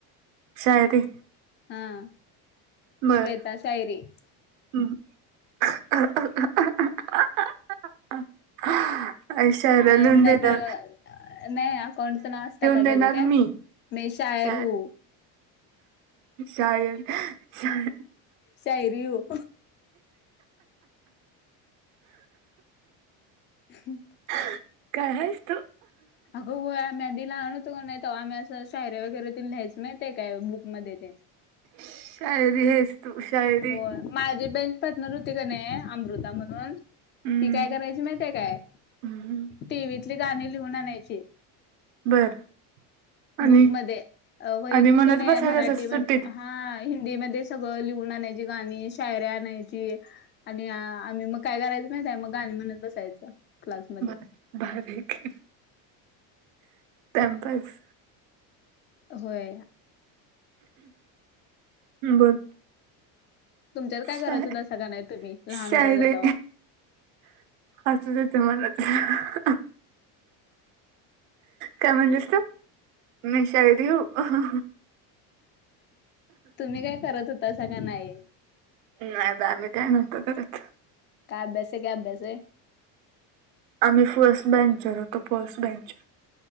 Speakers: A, on the right (about 85°); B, on the left (about 30°).
A: शायरी
B: हा,
A: बर
B: श्वेता शायरी
A: हम्म शायरा
B: नाही
A: लिहून
B: नाहीतर
A: दे ग
B: नाही, अकाउंटच नाव अस टाकायला
A: देणार
B: पाहिजे काय,
A: मी
B: मै शायर
A: शा
B: हू.
A: शायर शायर.
B: शायरी हू <inaudible>
A: काय आहेस तू
B: हो हो आम्ही आधी लहान होतो का नाई तेव्हा आम्ही असं शायऱ्या वगैरे तेन लिहायचो माहित ये काय बुकमध्ये ते
A: शायरी आहेस तू, शायरी
B: होय माझी पण पाटणार होते का नाही, अमृता म्हणून,
A: हम्म
B: ती काय करायची माहिती काय,
A: हम्म
B: टीव्हीतली गाणी लिहून आणायची
A: बर आणि
B: बुक मध्ये वहीत
A: आणि म्हणत
B: का नाही
A: बसायच
B: मराठी
A: असं
B: मध्ये
A: सुट्टीत
B: हा हिंदीमध्येध्ये सगळं लिहून आणायची, गाणी शायऱ्या, आणायची आणि आम्ही मग काय करायचं माहित आहे, मग गा आणि म्हणत बसायचं क्लासमध्ये
A: बर बर भारी आहे की टाइमपास
B: होय,,
A: बोल
B: तुमच्यात काय
A: शा
B: करात हुता का नाही तुम्ही लहान
A: शायरी
B: होतासा तवा
A: हसूच येते मला तर काय म्हणलीस तु, मी शायरीऊ हु
B: तुम्ही काय करत होता असं का नाही
A: नाय बाई आम्ही काय नव्हतो काय करत
B: काय अभ्यास आहे, की अभ्यास काय
A: आम्ही फर्स्ट बँंचर होतो, फर्स्ट बँंच